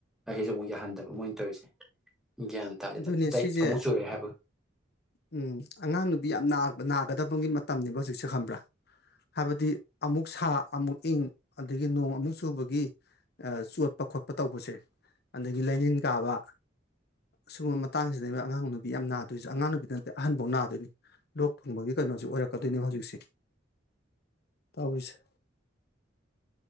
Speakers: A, in the centre; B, on the left.
A: ꯑꯁꯤꯁꯨ ꯑꯃꯨꯛ ꯌꯥꯍꯟꯗꯕ ꯃꯣꯏ ꯇꯧꯔꯤꯁꯦ ꯒ꯭ꯌꯥꯟ ꯇꯥꯥꯁꯦ
B: ꯑꯗꯨꯅꯦ
A: ꯑꯗꯨꯝ ꯆꯩ
B: ꯁꯤꯁꯦ
A: ꯑꯃꯨꯛ ꯆꯨꯔꯛꯑꯦ ꯍꯥꯏꯕ
B: ꯎꯝ ꯑꯉꯥꯡ ꯅꯨꯕꯤ ꯌꯥꯝ ꯅꯥꯒꯗꯕꯒꯤ ꯃꯇꯝꯅꯤꯅꯦꯕ ꯍꯧꯖꯤꯛꯁꯦ ꯈꯪꯕ꯭ꯔꯥ ꯫ ꯍꯥꯏꯕꯗꯤ ꯑꯃꯨꯛ ꯁꯥ ꯑꯃꯨꯛ ꯏꯪ ꯑꯗꯒꯤ ꯅꯣꯡ ꯑꯃꯨꯛ ꯆꯨꯕꯒꯤ ꯆꯣꯠꯄ ꯈꯣꯠꯄ ꯇꯧꯕꯁꯦ ꯑꯗꯒꯤ ꯂꯥꯏꯅꯤꯡꯟ ꯀꯥꯕ ꯁꯤꯒꯨꯝꯕ ꯃꯇꯥꯡꯁꯤꯗꯩꯈꯣꯏ ꯑꯉꯥꯡ ꯅꯨꯄꯤ ꯌꯥꯝ ꯅꯥꯗꯣꯏꯁꯨ ꯑꯉꯥꯡ ꯅꯨꯄꯤ ꯅꯠꯇꯦ ꯑꯍꯟꯐꯧ ꯅꯥꯗꯣꯏꯅꯤ ꯂꯣꯛ ꯊꯨꯡꯕꯒꯤ ꯀꯩꯅꯣꯁꯤ ꯑꯣꯏꯔꯛꯀꯗꯣꯏꯅꯦꯕ ꯍꯧꯖꯤꯛꯁꯦ ꯇꯧꯔꯤꯁꯦ